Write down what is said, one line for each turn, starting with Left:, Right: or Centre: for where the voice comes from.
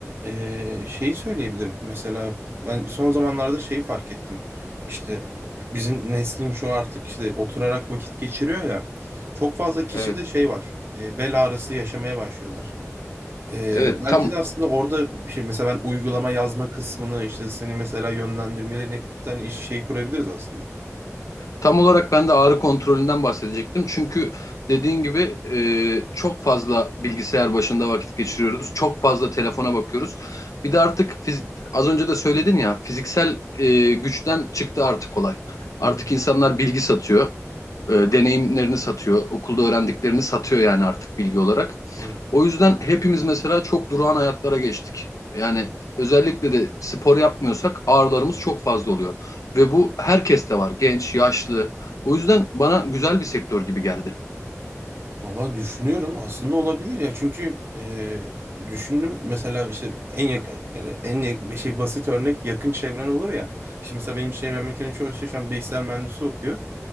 Right: Ee, şeyi söyleyebilirim. Mesela ben son zamanlarda şeyi fark ettim. İşte bizim neslin şu artık işte oturarak vakit geçiriyor ya. Çok fazla kişi
Left: Evet.
Right: de şey var. e, bel ağrısı yaşamaya başlıyorlar. Ee,
Left: Evet
Right: belki
Left: tam
Right: de aslında orada bir şey mesela ben uygulama yazma kısmını işte seni mesela yönlendirmelerini yapıp bir tane iş şey kurabiliriz aslında.
Left: Tam olarak ben de ağrı kontrolünden bahsedecektim. Çünkü dediğin gibi e, çok fazla bilgisayar başında vakit geçiriyoruz. Çok fazla telefona bakıyoruz. Bir de artık fiz- az önce de söyledin ya fiziksel e, güçten çıktı artık olay. Artık
Right: Hı hı.
Left: insanlar bilgi satıyor, e, deneyimlerini satıyor, okulda öğrendiklerini satıyor yani artık bilgi olarak.
Right: Tabii.
Left: O yüzden hepimiz mesela çok durağan hayatlara geçtik. Yani özellikle de spor yapmıyorsak ağrılarımız çok fazla oluyor. Ve bu herkeste var. Genç, yaşlı. O yüzden bana güzel bir sektör gibi geldi.
Right: Valla düşünüyorum aslında olabilir ya çünkü e, düşündüm mesela işte en yakın yani en yakın, bir şey basit örnek yakın çevren olur ya. Şimdi mesela benim çevremdeki çoğu şey şu an bilgisayar mühendisi okuyor.